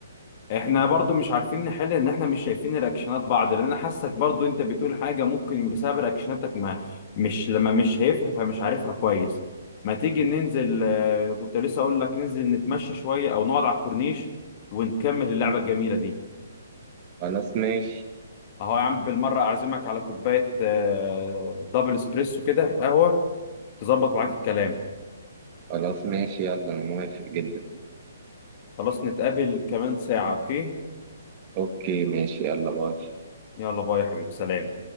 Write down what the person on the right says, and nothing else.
خلاص ماشي
خلاص ماشي يلا أنا موافق جدا
أوكي ماشي يلا باي